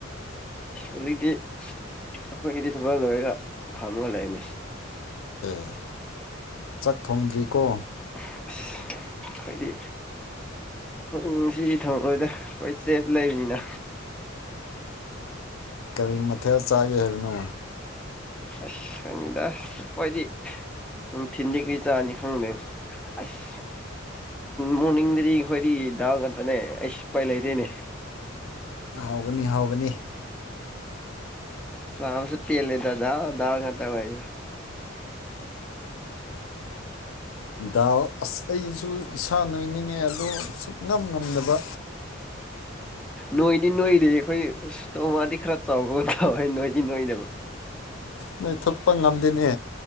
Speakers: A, in the centre; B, on the left (about 85°).
A: ꯍꯧꯖꯤꯛꯇꯤ ꯑꯩꯈꯣꯏꯒꯤꯗꯤ ꯊꯕꯛ ꯂꯣꯏꯔꯒ ꯐꯝꯃꯒ ꯂꯩꯅꯦ
B: ꯑꯦ ꯆꯥꯛ ꯊꯣꯡꯗ꯭ꯔꯤꯀꯣ
A: ꯑꯁ ꯍꯥꯏꯗꯤ ꯉꯁꯤꯗꯤ ꯊꯛꯂꯣꯏꯗ ꯑꯩꯈꯣꯏ ꯆꯦꯞ ꯂꯩꯕꯅꯤꯅ
B: ꯀꯔꯤ ꯃꯊꯦꯜ ꯆꯥꯒꯦ ꯍꯥꯏꯕꯅꯣ
A: ꯑꯁ ꯈꯪꯗꯦꯗ ꯑꯩꯈꯣꯏꯗꯤ ꯅꯨꯡꯊꯤꯜ ꯗꯤ ꯀꯔꯤ ꯆꯥꯅꯤ ꯈꯪꯗꯦ ꯑꯁ ꯃꯣꯔꯅꯤꯡꯗꯗꯤ ꯑꯩꯈꯣꯏꯗꯤ ꯗꯥꯜ ꯉꯥꯛꯇꯅꯦ ꯑꯩꯁ ꯁꯄꯥꯏ ꯂꯩꯔꯦꯅꯦ
B: ꯍꯥꯎꯒꯅꯤ ꯍꯥꯎꯒꯅꯤ
A: ꯑꯁ ꯆꯥꯕꯁꯨ ꯄꯦꯟꯂꯦꯗ ꯗꯥꯜ ꯗꯥꯜ ꯉꯥꯛꯇ ꯑꯣꯏꯕꯅ
B: ꯗꯥꯜ ꯑꯁ ꯑꯩꯁꯨ ꯏꯁꯥ ꯅꯣꯏꯅꯤꯡꯉꯦ ꯑꯗꯣ ꯁꯨꯞꯉꯝ ꯉꯝꯗꯕ
A: ꯅꯣꯏꯗꯤ ꯅꯣꯏꯗꯦ ꯑꯩꯈꯣꯏ ꯑꯁ ꯇꯣꯃꯥꯗꯤ ꯈꯔ ꯆꯥꯎꯕꯒ ꯇꯧꯏ ꯀ ꯅꯣꯏꯅꯕ
B: ꯅꯣꯏꯊꯣꯛꯄ ꯉꯝꯗꯦꯅꯦ